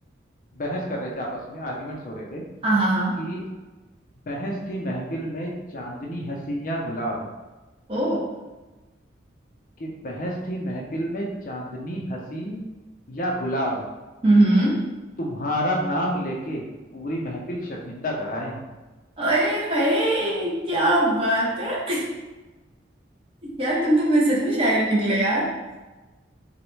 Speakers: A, on the left; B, on the right.
A: बहस कर रहे थे आपस में आर्ग्यूमेंट्स हो रहे थे
B: हाँ हाँ हाँ
A: कि बहस थी महफिल में चांदनी हंसी या गुलाब
B: ओ
A: कि बहस थी महफिल में चांदनी हंसी या गुलाब
B: हम्म हम्म।
A: तुम्हारा नाम लेके पूरी महफिल शर्मिंदा कराए हम
B: अरे हाय क्या बात है <laughs> यार तुम तो बस सच में शायर निकले यार।